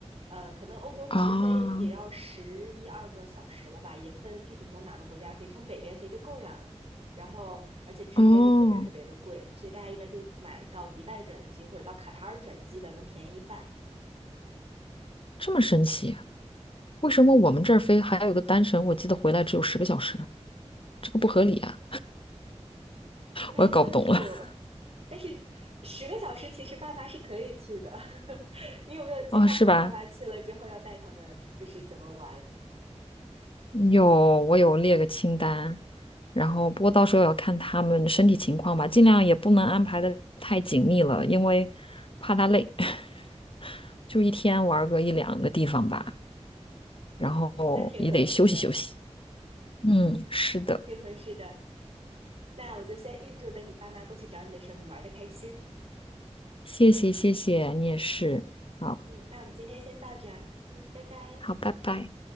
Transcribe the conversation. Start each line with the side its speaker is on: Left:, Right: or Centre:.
Right: 呃，可能欧洲直飞也要十一二个小时了吧，
Left: 啊。
Right: 也分具体从哪个国家飞，从北边飞就更远了。然后，而且直飞会特别特别的贵，
Left: 哦，
Right: 所以大家一般就买到迪拜转机或者到卡塔尔转机的，能便宜一半。
Left: 这么神奇。为什么我们这儿飞还有一个单程，我记得回来只有十个小时呢？这个不合理啊，
Right: 不太清楚，
Left: 我也搞不懂了。<laughs>
Right: 但是十个小时其实爸妈是可以去的。<laughs> 你有没有计划好爸妈去了之后要带他们就是怎么玩？
Left: 哦，是吧？有，我有列个清单，然后不过到时候也要看他们身体情况吧，尽量也不能安排的太紧密了，因为怕他累，<laughs> 就一天玩个一两个地方吧，然后也得休息休息。
Right: 嗯，那挺合适的，
Left: 嗯，是的，
Right: 挺合适的。那我就先预祝等你爸妈过去找你的时候，你玩的开心。
Left: 谢谢谢谢，你也是。好，
Right: 嗯，那我们今天先到这儿。嗯，拜拜。
Left: 好，拜拜。